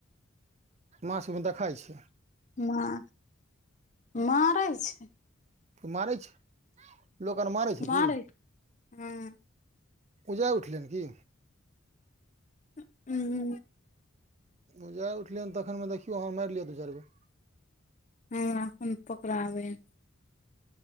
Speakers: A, on the right; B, on the left.
A: माछ मे दखाइ छै।
B: नै मारै छै।
A: मारै छै। लोक आर मारै छै
B: मारेै
A: की
B: हूँ।
A: उजाइ उठलै हन की
B: <unintelligible>
A: उजाइ उठलैन तखन मे देखियौ आहाँ मैर लिअ दू चैर गो।
B: हूँ हमहुँ पकड़ाबेै हेँ।